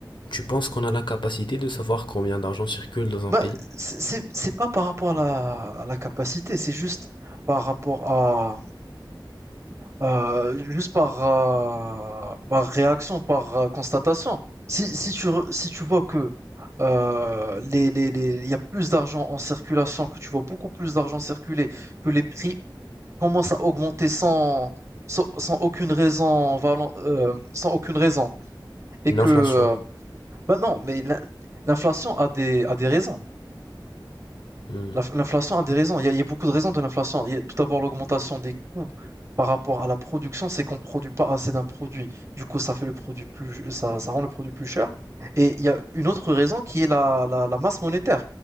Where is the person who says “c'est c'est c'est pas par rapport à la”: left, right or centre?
Right